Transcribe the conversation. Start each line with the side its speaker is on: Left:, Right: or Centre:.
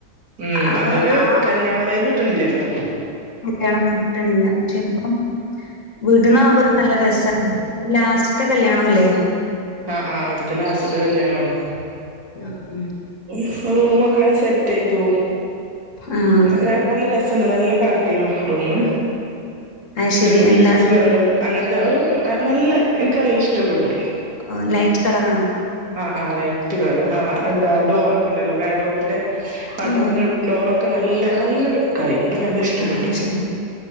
Right: ഉം
Left: ആ
Right: അതൊരു
Left: ആ
Right: കല്യാണ വൈബ് കിട്ടണില്ലല്ലോ.
Left: കല്യാണ വൈബ് കിട്ടണില്ല. പക്ഷെ ഇപ്പം വീട്ടിന്നാകുമ്പോ നല്ല രസാ. ലാസ്റ്റത്തെ കല്യാണം അല്ലേ?
Right: ആഹ് ആഹ് അവിടുത്തെ ലാസ്റ്റത്തെ കല്യാണമാണ്
Left: ഉം
Right: അപ്പൊ റൂമൊ ഒക്കെ സെറ്റ് ചെയ്തു
Left: ആ
Right: അങ്ങനെ നല്ല രസണ്ട് നല്ല കളർ തീമാ റൂമ്
Left: അത് ശരി
Right: ഒരു പീച്ച്
Left: എന്താണ്
Right: കളറും അങ്ങനത്തെ ഒരു നല്ല എനിക്ക് നല്ല ഇഷ്ടപ്പെട്ടു.
Left: ഓഹ് ലൈറ്റ് കളറാണോ?
Right: ആഹ് ആഹ് ലൈറ്റ് കളറ്. ആഹ് എന്താ ഡോറൊക്കെ ഉണ്ടല്ലോ വാഡ്രോബിന്റെ വാഡ്രോബിന്റെ
Left: ഓ
Right: ഉൾ ഡോറ് ഒക്കെ നല്ല നല്ല ലു ക്കായി എനിക്ക് നല്ല ഇഷ്ടപ്പെട്ടു.
Left: ആ ശരി